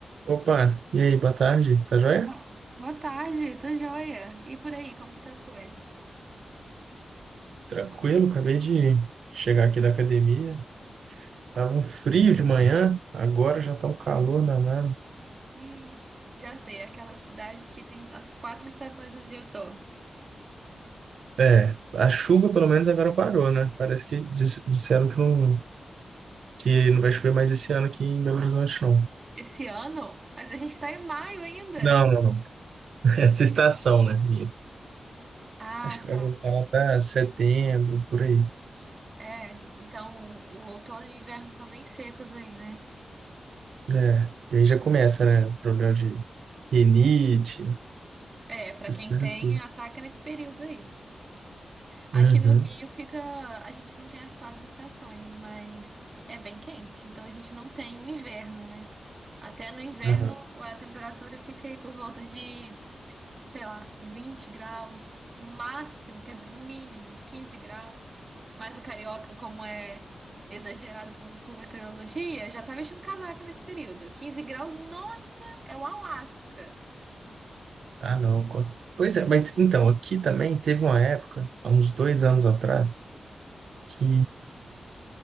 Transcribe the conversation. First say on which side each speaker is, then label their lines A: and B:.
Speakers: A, on the right; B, on the right.
A: Opa, e aí, boa tarde, tá joia?
B: Boa boa tarde, tô joia. E por aí, como que tá as coisas?
A: Tranquilo, acabei de chegar aqui da academia. Tava um frio de manhã, agora já tá um calor danado.
B: Ih, já sei, é aquela cidade que tem as quatro estações no dia só.
A: É, a chuva pelo menos agora parou, né? Parece que dis- disseram que não, que não vai chover mais esse ano aqui em Belo Horizonte, não.
B: Esse ano? Mas a gente tá em maio ainda.
A: Não, não, não. <laughs> Essa estação, né? minha?
B: Ah,
A: Acho que
B: tá.
A: vai voltar lá para setembro, por aí.
B: É, então o outono e o inverno são bem secos aí, né?
A: É, e aí já começa, né? O problema de rinite,
B: É, pra
A: essas
B: quem
A: coisas
B: tem,
A: tudo.
B: ataca nesse período aí. Aqui
A: Uhum.
B: no Rio fica. A gente não tem as quatro estações, mas é bem quente. Então a gente não tem o inverno, né? Até no inverno
A: Aham.
B: a temperatura fica aí por volta de, sei lá, 20 graus. No máximo, quer dizer, no mínimo, 15 graus. Mas o carioca, como é exagerado com, com meteorologia, já tá vestindo casaco nesse período. 15 graus, nossa, é o Alasca.
A: Ah, não. cons- Pois é, mas então, aqui também teve uma época, há uns dois anos atrás, que